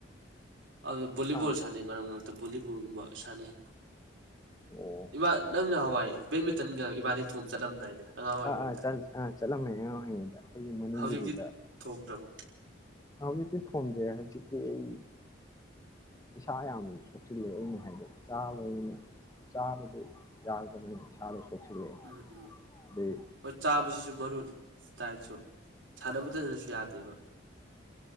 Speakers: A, on the right; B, on the left.
A: ꯑ ꯣꯂꯤꯕꯨꯣꯜꯅꯦ
B: ꯑꯥ
A: ꯃ ꯕꯣꯂꯤꯕꯣꯜꯒꯨꯝꯕ ꯁꯥꯟꯅꯩꯃꯥ
B: ꯑꯣ
A: ꯅꯪꯅꯍꯥꯟꯋꯥꯏ ꯕꯦꯠꯃꯤꯟꯇꯟꯒ ꯏꯕꯥꯅꯤ ꯊꯣꯝ ꯆꯠꯂꯝꯗꯥꯏꯅꯦ꯫ ꯑꯉꯥꯡ ꯑꯣꯏꯔꯤꯉꯩꯗ
B: ꯑꯥ ꯑꯥ ꯑꯥ ꯆꯠꯂꯝꯃꯦ ꯑꯉꯥꯡ ꯑꯣꯏꯔꯤꯉꯩꯗ ꯑꯩꯈꯣꯏꯒꯤ ꯃꯅꯤꯡꯒꯤꯗꯨꯗ
A: ꯍꯧꯖꯤꯛꯇꯤ ꯊꯣꯝꯗ꯭ꯔꯕꯣ
B: ꯍꯧꯖꯤꯛꯇꯤ ꯊꯣꯝꯗꯔꯦ ꯍꯧꯖꯤꯛꯇꯤ ꯑꯩ ꯏꯁꯥ ꯌꯥꯝ ꯁꯣꯛꯆꯤꯜꯂꯦ ꯑꯩꯅ ꯍꯥꯏꯗ ꯆꯥꯕ ꯑꯩꯅ ꯆꯥꯕꯗꯨ ꯌꯥꯗꯕꯅꯦ ꯏꯁꯥꯗꯁꯨ ꯁꯣꯛꯆꯤꯜꯂꯦ
A: ꯎꯝ
B: ꯑꯗꯩ
A: ꯍꯣꯏ ꯆꯥꯕꯁꯤꯁꯨ ꯃꯔꯨꯅꯤ ꯗꯥꯏꯠꯁꯨ ꯁꯥꯟꯅꯕꯗꯅꯁꯨ ꯌꯥꯗꯦꯕ